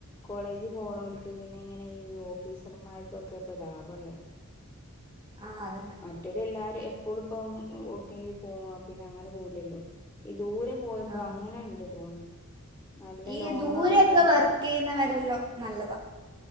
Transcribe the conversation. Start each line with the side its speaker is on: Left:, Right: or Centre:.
Left: കോളേജ് പോണോൽക്ക് പിന്നെ ഇങ്ങനെ ഈ ഓഫീസർമാർക്കൊക്കേ ഇപ്പൊ ലാഭള്ളേ
Right: ആഹ് അതന്നെ
Left: മറ്റോരു എല്ലാരും എപ്പോളും ഇപ്പം ഊട്ടില് <unintelligible> പിന്നെ അങ്ങനെ പോവുല്ലല്ലോ ഈ ദൂരെ പോയ്പോ
Right: ആഹ്
Left: അങ്ങനെണ്ട് തോന്ന്ണ് നല്ല
Right: ഈ
Left: ലോങ്
Right: ദൂരൊക്കെ
Left: ആവുമ്പോ
Right: വർക്കെയ്യുന്നവരല്ലോ നല്ലതാ.